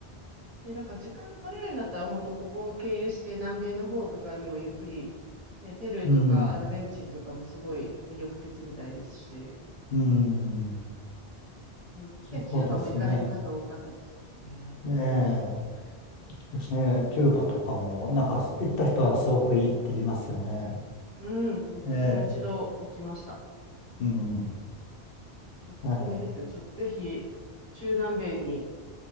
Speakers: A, on the right; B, on the left.
A: ね、だから時間を取れるんだったら、本当ここを経由して南米の方とかにもゆっくり、ね、ペルーとかアルゼンチンとかもすごい魅力的みたいですし、
B: うん、うん、
A: ね、いやキューバも行かれる方多かったですけどね。
B: そうですね。えーえーキューバとかも、なんか行った人はすごくいいって言いますよね。
A: うん、私も一度行きました。
B: ええうん、
A: おすすめですよ。
B: なるほ
A: ちょっとぜひ、中南米に